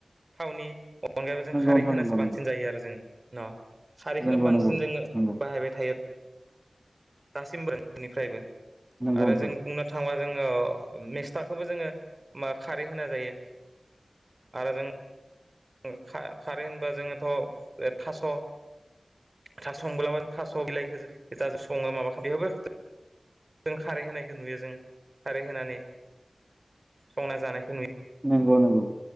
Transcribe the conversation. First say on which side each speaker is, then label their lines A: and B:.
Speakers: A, on the right; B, on the right.
A: थावनि अ अनगायैबो जों
B: नंगौ
A: खारै
B: नोंथां
A: होनासो
B: नंगौ
A: बांस जों जायो आरो जोङो न सारैखोनो
B: नंगौ
A: बांसिन
B: नंगौ नोंथां नंगौ नंगौ
A: जोङो
B: नंगौ
A: बाहायबाय थायो। दासिमबोनिफ्रायनो।
B: नोंथां
A: आरो जों
B: नंगौ
A: बुंनो थाङोबा जोङो मिस थाखौबो जोङो मा खारै होना जायो आरो जों उम खा खारै होनबा जोङोथ' ओ थास' थास' संबोलाबो थास' बिलाइखो जा जा सङो माबा खा बेबो जों खारै होनायखौ नुयो जों खारै होनानै संना जानायखौ नुयो।
B: नंगौ नंगौ